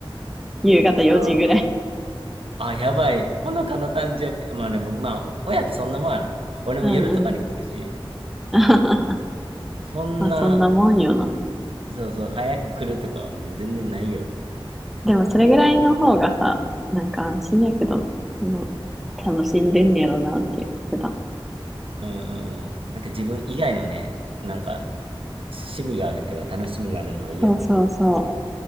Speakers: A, in the centre; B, on the right.
A: 夕方4時ぐらい。
B: あーあ、やばい。ほのかの誕生日。まあでも、まあ、お親ってそんなもんやろ。俺も夜とかに来るし。
A: うんうん。<laughs>
B: そんな、
A: まあ、そんなもんよな。
B: そうそう、早く来るとかはもう全然ないよ。
A: でもそれぐらいの方がさ、なんか安心やけどな。あの、楽しんでんねやろなっていう、普段。
B: うんうんうん。なんか自分以外のね、なんか趣味があるっていうか楽しみがあるのはいいよね。
A: そうそうそ